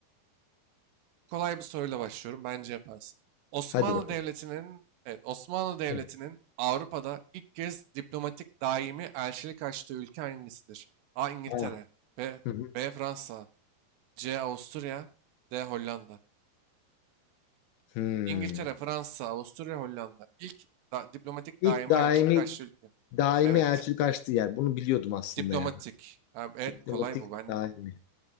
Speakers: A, on the right; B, on the left.
A: Kolay bir soruyla başlıyorum. Bence yaparsın. Osmanlı
B: Hadi bakalım.
A: Devleti'nin, evet Osmanlı Devleti'nin
B: Hı.
A: Avrupa'da ilk kez diplomatik daimi elçilik açtığı ülke hangisidir? A. İngiltere,
B: Aa.
A: B.
B: Hı hı.
A: B. Fransa, C. Avusturya, D. Hollanda.
B: Hmm.
A: İngiltere, Fransa, Avusturya, Hollanda. İlk da- diplomatik
B: İlk
A: daima
B: daimi
A: elçilik açtığı ülke.
B: daimi
A: Evet.
B: elçilik açtığı yer. Bunu biliyordum aslında
A: Diplomatik.
B: ya.
A: Ha, evet
B: Diplomatik
A: kolay bu. Ben
B: daimi.